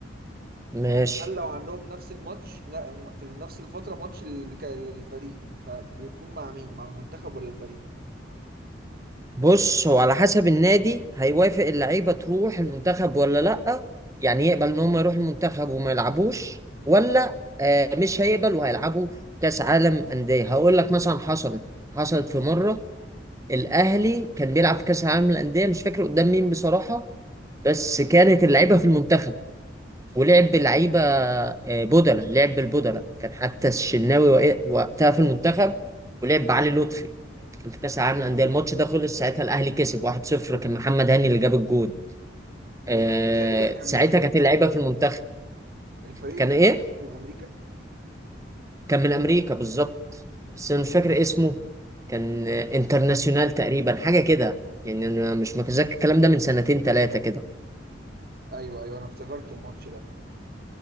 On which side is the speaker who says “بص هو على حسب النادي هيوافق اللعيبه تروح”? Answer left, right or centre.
Right